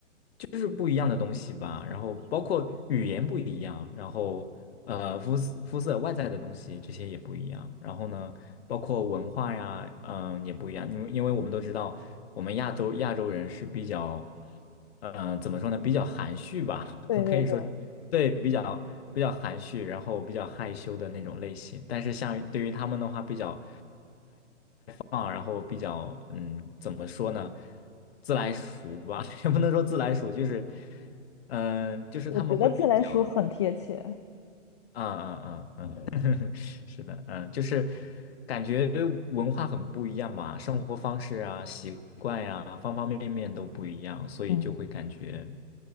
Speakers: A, on the left (about 55°); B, on the left (about 25°).
A: 就是不一样的东西吧。然后包括语言不一样，然后呃肤色肤色外在的东西这些也不一样。然后呢，包括文化呀，嗯、也不一样。因为因为我们都知道，我们亚洲亚洲人是比较，嗯、怎么说呢，比较含蓄吧，
B: 对对对，
A: <laughs> 可以说是对比较比较含蓄，然后比较害羞的那种类型。但是像对于他们的话，比较。啊，然后比较嗯，怎么说呢，自来熟吧，<laughs> 也不能说自来熟，就是嗯、呃就是他们会比较，
B: 我觉得自来熟很贴切。
A: 啊啊啊。<laughs> 是的，嗯，就是感觉文化很不一样嘛，生活方式啊、习惯呀、方方面面都不一样，所以就会感觉
B: 嗯，